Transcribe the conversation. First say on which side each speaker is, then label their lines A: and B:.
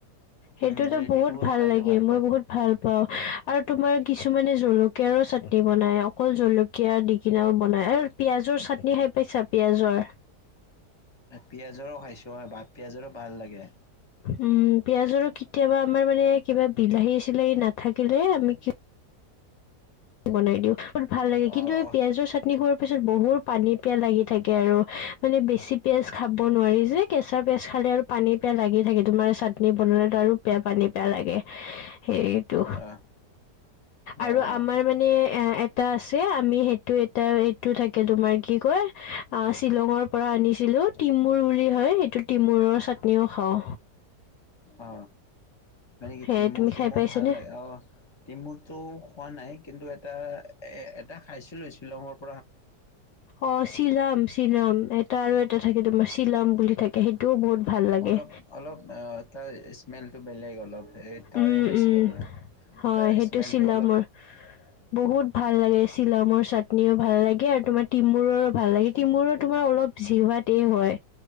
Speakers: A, on the left; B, on the left.
A: উম
B: সেইটোতো
A: ৰেডিটো
B: বহুত ভাল
A: খাইকে
B: লাগে
A: পায়
B: মই বহুত। ভাল পাওঁ আৰু তোমাৰ কিছুমানে জলকীয়াৰো চাটনি বনাই। অকল জলকীয়াদি কেনেও বনাই আৰু পিয়াজৰ চাটনি খাই পাইছা পিয়াজৰ।
A: পিয়াজৰো খাইছো হয় বাত পিয়াজৰো ভাল লাগে।
B: উম পিয়াজৰো কেতিয়াবা আমাৰ মানে কিবা বিলাহী চিলাহী নাথাকিলে আমি। বনাই দিওঁ ভাল লাগে
A: অ
B: কিন্তু এই
A: অ
B: পিয়াজৰ চাটনি হোৱাৰ পিছত বহুত। পানী পিয়াহ লাগি থাকে আৰু মানে বেছি পিয়াজ খাব নোৱাৰি যে কেঁচা পিয়াজ খালে আৰু। পানী পিয়াহ লাগি থাকে তোমাৰ চাটনি বনালেতো আৰু পানী পিয়া লাগে সেইটো।
A: অ অ
B: আৰু আ। আমাৰ মানে এ এটা আছে আমি সেইটো এটা এইটো থাকে তোমাৰ কি কয়। অ, শ্বিলঙৰ পৰা আনিছিলো তিমুৰ বুলি হয় সেইটো তিমূুৰৰ চাটনিও খাওঁ।
A: অ, মানে কি
B: সেয়ে
A: তিমুৰটো
B: তুমি খাই
A: মোৰ
B: পাইছানে
A: ভাল লাগে আহ। তিমুৰতটো খোৱা নাই কিন্তু এটা এ এটা খাইছিলো শ্বিলঙত।
B: অ চিৰাম চিৰাম এটা আৰু এটা থাকে তোমাৰ চিলাম বুলি থাকে। সেইটোও বহুত ভাল লাগে।
A: অলপ অলপ তাৰ স্মেলটো বেলেগ অলপ এই তাৰে
B: উম
A: খাইছিলোঁ
B: উম
A: মই,
B: হয়
A: তাৰ
B: সেইটো
A: স্মেলটো
B: শ্বিলঙৰ
A: অলপ। উ <inaudible>
B: বহুত ভাল লাগে চিলামৰ চাটনিও ভাল লাগে আৰু তোমাৰ তিমূৰৰ ভাল লাগে তিমূৰৰো তোমাৰ অলপ। <unintelligible> হয়